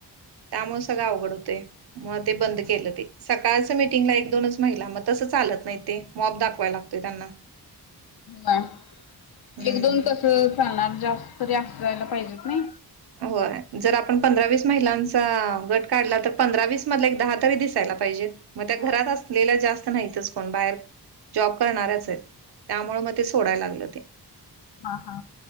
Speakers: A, on the right; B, on the left.
A: त्यामुळे सगळं अवघड होतोय मग ते बंद केलं ते सकाळच मीटिंगला एक दोनच महिला मग तसं चालत नाही ते मॉब दाखवायला लागत त्यांना.
B: हम्
A: हम्म
B: एक दोन कस चालणार जास्त तरी असं जायला पाहिजेत नाही
A: होय जर आपण पंधरा वस महिलांचा गट काढला तर पंधरावीस मधला एक दहा तरी दिसायला पाहिजेत. मग त्या
B: होय.
A: घरात असलेल्या जास्त नाहीतच कोण बाहेर. जॉब करणाऱ्याच आहेत त्यामुळेळ मग ते सोडायला लागलं ते.
B: हा हा.